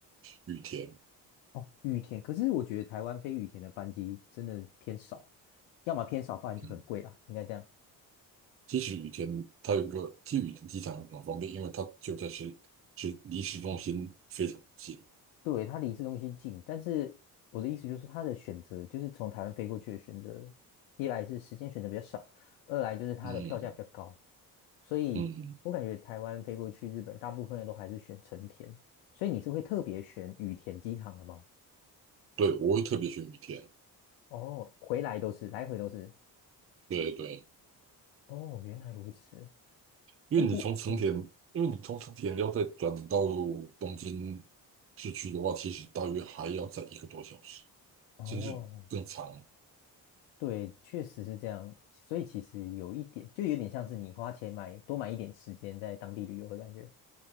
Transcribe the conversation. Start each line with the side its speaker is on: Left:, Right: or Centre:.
Right: 羽田。
Left: 哦，羽田，可是我觉得台湾飞羽田的班机真的偏少，要么偏少，不然就很贵啦，
Right: 嗯
Left: 应该这样。
Right: 其实羽田它有一个，其实羽田机场很方便，因为它就在市，是离市中心非常近。
Left: 对，它离市中心近，但是我的意思就是它的选择，就是从台湾飞过去的选择，一来是时间选择比较少，二来就是它的票价比较高。
Right: 嗯
Left: 所以我感觉台湾飞过去日本，
Right: 嗯，
Left: 大部分人都还是选成田，所以你是会特别选羽田机场的吗？
Right: 对，我会特别选羽田。
Left: 哦，回来都是，来回都是。
Right: 对对，
Left: 哦，原来如此。
Right: 因为你从成田，
Left: 诶，我嗯，
Right: 因为你从成田要再转到东京市区的话，其实大约还要再一个多小时，
Left: 哦，
Right: 甚至更长。
Left: 对，确实是这样。所以其实有一点，就有点像是你花钱买多买一点时间在当地旅游的感觉。